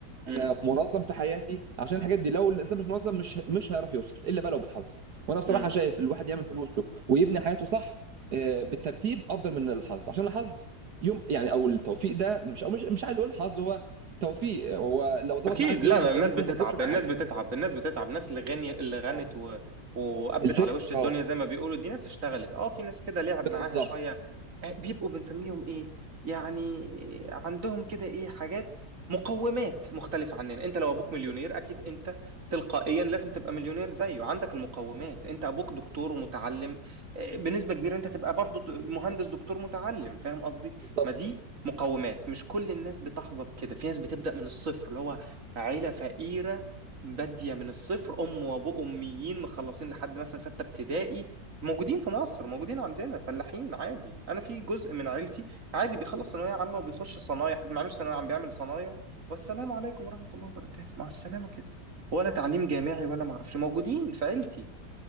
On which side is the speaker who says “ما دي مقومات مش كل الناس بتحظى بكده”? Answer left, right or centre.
Right